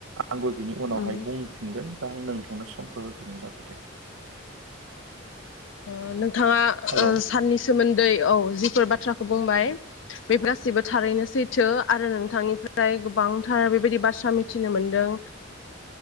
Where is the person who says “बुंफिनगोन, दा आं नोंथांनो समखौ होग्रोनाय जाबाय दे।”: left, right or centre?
Right